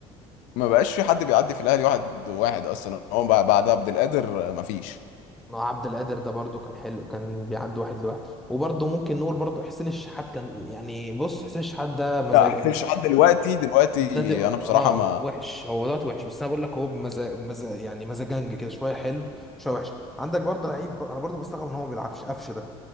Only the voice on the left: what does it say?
ما بقاش في حد بيعدي في الاهلي واحد واحد اصلا هو بقى بعد عبد القادر آه، ما فيش
لا حسين شحات دلوقتي دلوقتي
انا بصراحه
ما